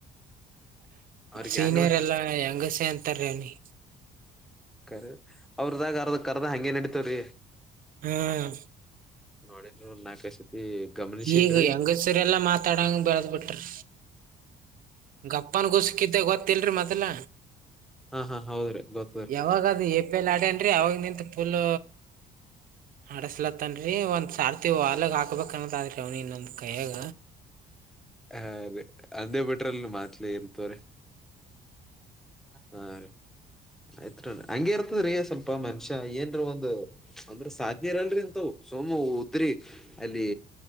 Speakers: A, in the centre; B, on the right.
A: ಅವ್ರಿಗೆ
B: ಸೀನಿಯರ್
A: ಹೆಂಗದ
B: ಎಲ್ಲಾ ಹೆಂಗಸ ಅಂತಾರೀ ಅಿ
A: ಕರಿ ಅವ್ರದಾಗ ಅರ್ದ ಕರ್ದ ಹಂಗಗೆ ನಡತವ್ರಿ
B: ಹ್ಮ
A: ನೋಡನ್ ಒ ನಾಕೈ ಸತಿ ಗಮನಸನ್ೀ
B: ಈಗ ಹೆಂಗಸರೆಲ್ಲಾ ಮಾತಾಡಂಗ ಬೆಳದ್ ಬಿಟ್ರಿ ಗಪ್ಪನ್ ಗುಸಕಿದ್ದೆ ಗೊತ್ತಿಲ್ರಿ ಮೊದಲ
A: ಹಾ ಹಾ ಹೌದ್ರಿ ಗೊತ್ತದಲ್ರಿ
B: ಯಾವಾಗ ಅದು ಎ ಪಿ ಎಲ್ ಆಡೇನ್ರಿ ಅವಾಗ ನಿಂತ ಫುಲ್ ಆಡಸ್ಲತ್ತನ್ರರಿ ಒಂದ್ ಸಾರ್ತಿ ವಲ್ಾಗ ಹಾಕ್ಬೇಕನ್ನ ಶೌನಿನಂದ್ ಕಾಗ
A: ಹ ಅಂದೇ ಬಿಟ್ರಲ್ಲಿ ಮಾತ್ಲೇ ಇರ್ತವ್ರ ಹಾ ರೀ ಆಯ್ತ್ರಿ ಹಂಗಗೆ ಇರ್ತದ್ರಿ ಸ್ವಲ್ಪ ಮನುಷ್ಯ ಏನ್ರೀ ಒಂದು್ ಅಂದ್ರ ಸಾಧ್ನೆ ಇರಲ್ರಿಂತ ಸೋಮು ಉದ್ರಿ ಅಲ್ಲಿ